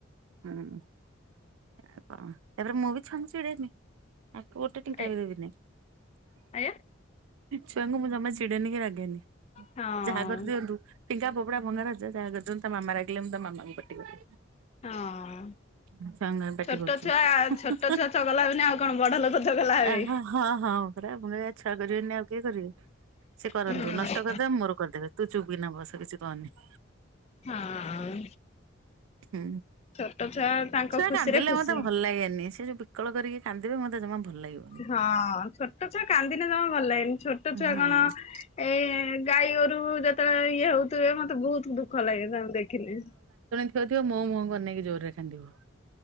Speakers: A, on the right; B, on the left.
A: ହୁଁ। ଆ କଣ ତାପରେ ମୁଁ ବି ଛନ୍ଦଛିଡେଇମି। ଆ ଗୋଟେ ଟିଙ୍କା
B: ଏ
A: ବି ଦେବିନି
B: ଆଜ୍ଞା
A: ଛୁଆଙ୍କୁ ମୁଁ ଜମା ଚିଡେନି କି ରାଗେନି
B: ହଁ
A: ଯାହା କରିଦିଅନ୍ତୁ ଫିଙ୍ଗା ପୋପଡା ଭଙ୍ଗାରୁଜା ତା ମାମା ରାଗିଲେ ମୁଁ ତା ମାମାକୁ ପାଟି କରେ
B: ହଁ।
A: ଛୁଆ
B: ଛୋଟ
A: ଙ୍କୁ
B: ଛୁଆ
A: କାହିଁକି
B: ଛୋଟ ଛୁଆ
A: ପାଟି
B: ଚଗଲା ହେବେନି ଆଉ କଣ
A: କରୁଛୁ
B: ବଡ ଲୋକ ଚଗଲା
A: ଆହ
B: ହେବେ।
A: ହଁ ହଁ ପରା ଛୁଆ କରିବେନି ଆଉ କିଏ କରିବେ ସେ କରନ୍ତୁ
B: ହଁ
A: ନଷ୍ଟ କରିଦେବେ ମୋର କରିଦେବେ ତୁ ଚୁପ କିନା ବସ କିଛି କହନି
B: ହଁ
A: ହୁଁ।
B: ଛୋଟ ଛୁଆ ତାଙ୍କ
A: ଛୁଆ
B: ଖୁସିରେ
A: କାନ୍ଦିଲେ
B: ଖୁସି।
A: ମତେ ଭଲ ଲାଗେନି ସେ ଯୋଉ ବିକଳ କରିକି କାନ୍ଦିବେ ମତେ ଜମା ଭଲ ଲାଗିବ
B: ହଁ ଛୋଟ ଛୁଆ କାନ୍ଦିଲେ ଜମା ଭଲ ଲାଗନି ଛୋଟ
A: ହଁ
B: ଛୁଆ
A: ହୁଁ
B: କଣ ଏ ଗାଈ ଗୋରୁ ଯେତେବେଳେ ଇଏ ହଉଥିବେ ମତେ ବହୁତ ଦୁଃଖ ଲାଗେ ତାଙ୍କୁ ଦେଖିଲେ
A: ଥିବେ ଥିବ ମୋ ମୁହଁ କୁ ଅନେଇକି ଜୋର ରେ କାନ୍ଦିବ